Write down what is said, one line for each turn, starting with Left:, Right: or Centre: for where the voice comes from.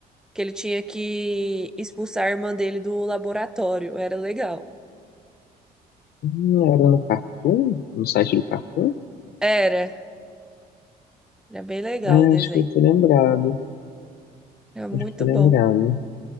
Centre: que ele tinha que expulsar a irmã dele do laboratório, era legal.
Left: Hum, Era no Cartoon? No site do Cartoon?
Centre: Era, era bem legal
Left: É,
Centre: o desenho.
Left: acho que eu tô lembrado.
Centre: Era muito
Left: Acho que eu tô lembrado.
Centre: bom.